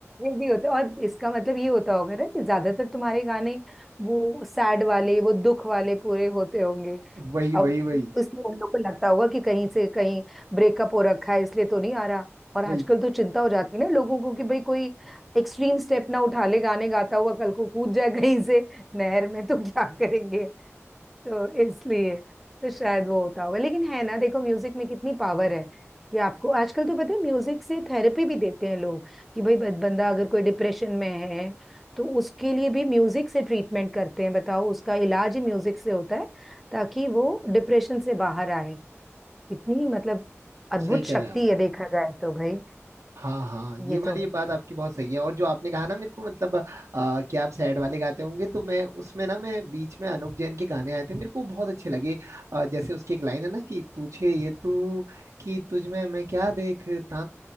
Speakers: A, in the centre; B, on the right (about 85°).
A: ये भी होता है और इसका मतलब ये होता होगा ना कि ज्यादातर तुम्हारे गाने वो सैड वाले वो दुख वाले पूरे होते होंगे
B: <laughs> वही
A: तो अब
B: वही वही
A: इसलिए उन लोगों को लगता होगा कि कहीं से कहीं ब्रेकअप हो रखा है इसलिए तो नहीं आ रहा और आजकल
B: वही
A: तो चिंता हो जाती है ना लोगों को कि भाई कोई एक्सट्रीम स्टेप ना उठा ले गाने गाता हुआ कल को कूद जाए कहीं से नहर में तो क्या करेंगे तो इसलिए तो शायद वो होता होगा लेकिन है ना देखो म्यूजिक में कितनी पावर है कि आपको आजकल तो पता है म्यूजिक से थेरेपी भी देते हैं लोग कि भाई बं- बंदा अगर कोई डिप्रेशन में है तो उसके लिए भी म्यूजिक से ट्रीटमेंट करते हैं बताओ उसका इलाज ही म्यूजिक से होता है ताकि वो डिप्रेशन से बाहर आए इतनी मतलब अद्भुत
B: सही
A: शक्ति
B: कह रहे हैं आप
A: है देखा जाए तो भाई
B: हाँ हाँ ये
A: ये
B: वाली
A: तो है
B: बात आपकी बहुत सही है और जो आपने कहा ना मेरे को मतलब आ, कि आप सैड वाले गाते होंगे तो मैं उसमें ना मैं बीच में अनूप जैन के गाने आए थे मेरे को बहुत अच्छे लगे अ, जैसे उसकी एक लाइन है ना कि पूछे ये तू कि तुझ में मैं क्या देखता